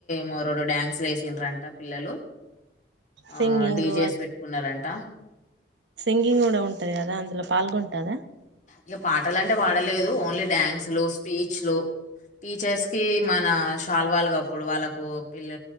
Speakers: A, on the left (about 45°); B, on the right (about 80°).
A: మ రెండు డ్యాన్స్లు వేసిన్రంట పిల్లలు ఆ
B: సింగింగ్
A: డీజేస్
B: అది
A: పెట్టుకున్నారండి త
B: సింగింగ్ కూడా ఉంటది కదా అందులో పాల్గొంటుందా
A: ఇక పాటలు అంటే పాడలేదు ఓన్లీ డ్యాన్స్లు స్పీచ్లు టీచర్స్కి మన షాల్ వాళ్ళగాప్పుడు వాళ్ళకు పిల్ల